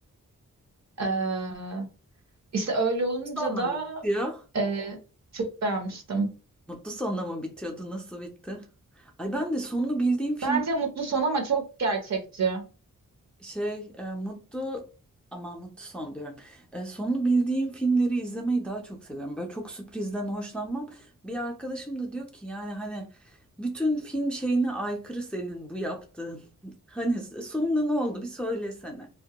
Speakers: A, on the right; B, in the centre.
A: Ee, işte öyle olunca
B: Sonla
A: da
B: mı bitiyor?
A: e, çok beğenmiştim.
B: Mutlu sonla mı bitiyordu? Nasıl bitti? Ay ben de sonunu bildiğim film
A: Bence mutlu son ama çok gerçekçi.
B: Şey, e, mutlu ama mutlu son diyorum. E, sonunu bildiğim filmleri izlemeyi daha çok seviyorum. Böyle çok sürprizden hoşlanmam. Bir arkadaşım da diyor ki yani hani bütün film şeyine aykırı senin bu yaptığın. <laughs> Hani sonunda ne oldu bir söylesene.